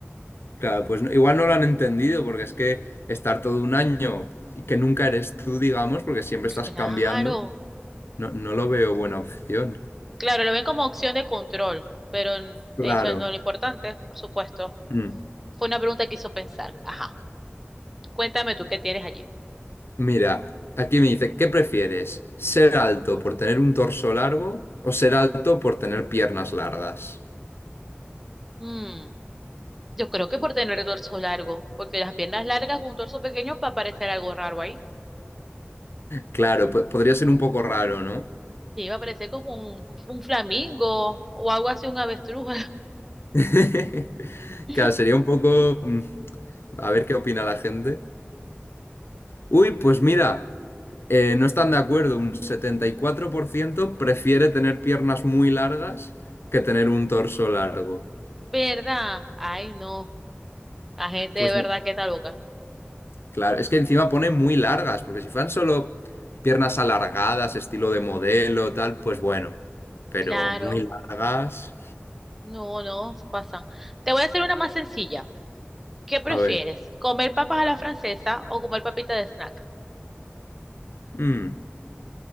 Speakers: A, on the left (about 70°); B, in the centre.
A: Claro, pues no- igual no lo han entendido, porque es que estar todo un año y que nunca eres tú, digamos, porque siempre estás
B: Claro,
A: cambiando, no, no lo veo buena opción.
B: claro, lo ven como opción de control, pero n-
A: Claro.
B: eso no es lo importante, por supuesto.
A: Mm.
B: Fue una pregunta que hizo pensar. Ajá, cuéntame tú qué tienes allí.
A: Mira, aquí me dice, ¿qué prefieres? ¿Ser alto por tener un torso largo o ser alto por tener piernas largas?
B: Mm, yo creo que por tener el torso largo, porque las piernas largas con un torso pequeño va a parecer algo raro ahí.
A: Claro, po- podría ser un poco raro, ¿no?
B: Sí, va a parecer como un, un flamingo o algo así, un avestruz.
A: <laughs>
B: <laughs>
A: Claro, sería un poco... mm, A ver qué opina la gente. Uy, pues mira, eh, no están de acuerdo. Un 74% prefiere tener piernas muy largas que tener un torso largo.
B: ¿Verdad? Ay, no. La gente
A: Pues
B: de verdad que está loca.
A: Claro, es que encima pone muy largas, porque si fueran solo piernas alargadas, estilo de modelo, tal, pues bueno. Pero
B: Claro,
A: muy largas.
B: no, no, se pasan. Te voy a hacer una más sencilla. ¿Qué prefieres?
A: A ver.
B: ¿Comer papas a la francesa o comer papitas de snack?
A: mm,